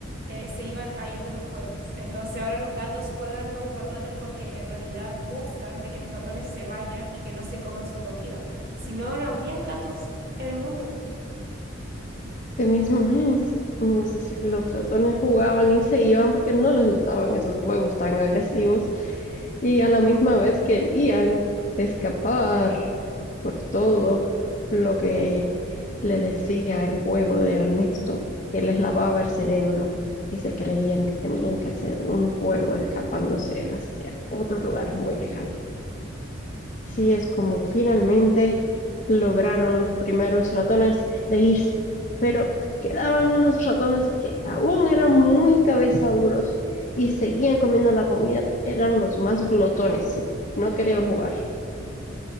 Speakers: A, on the right (about 50°); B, on the left (about 40°).
A: eh, se iban a ir de los pueblos. Entonces ahora los gatos juegan con los ratones porque en realidad buscan de que los ratones se vayan y que no se coman su comida. Si no, no habrían gatos en el mundo.
B: Sí mismo es. Entonces los ratones jugaban y se iban porque no les gustaban esos juegos tan agresivos y a la misma vez querían escapar por todo lo que le decía el juego de Ernesto, que les lavaba el cerebro y se creían que tenían que hacer un juego escapándose hacia otro lugar muy lejano. Así es como finalmente lograron los primeros ratones de irse, pero quedaban unos ratones que aún eran muy cabezaduros y seguían comiendo la comida. Eran los más glotones, no querían jugar.